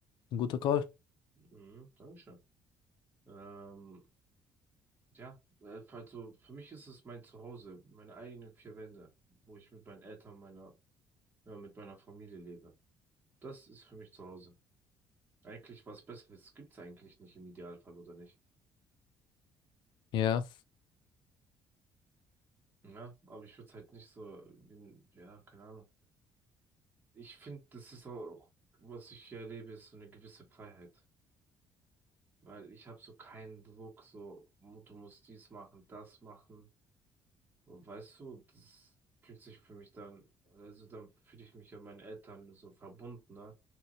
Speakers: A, on the left (about 75°); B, on the right (about 25°).
A: Ein guter
B: Ja.
A: Call.
B: Mhm, Dankeschön. Ähm, ja, äh, also für mich ist es mein Zuhause, meine eigenen vier Wände, wo ich mit meinen Eltern, meiner, ja, mit meiner Familie lebe. Das ist für mich Zuhause. Eigentlich was Besseres gibt's eigentlich nicht im Idealfall, oder nicht?
A: Ja,
B: Ja, aber ich würde es halt nicht so, in, ja, keine Ahnung. Ich finde, das ist auch, was ich hier erlebe, ist so eine gewisse Freiheit. Weil ich habe so keinen Druck, so, mu- du musst dies machen, das machen. Und weißt du, das fühlt sich für mich dann, also dann fühle ich mich ja meinen Eltern so verbundener,